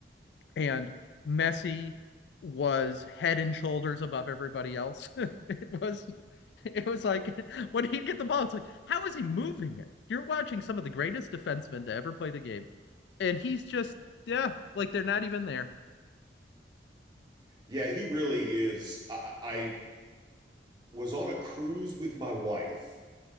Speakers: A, on the left (about 70°); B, on the right (about 25°).
A: And Messi was head and shoulders above everybody else. <laughs> it was it was like <laughs> when he'd get the ball, it's like, how is he moving it? You're watching some of the greatest defensemen to ever play the game. And he's just, yeah, like they're not even there.
B: Yeah, he really is. I, I was on a cruise with my wife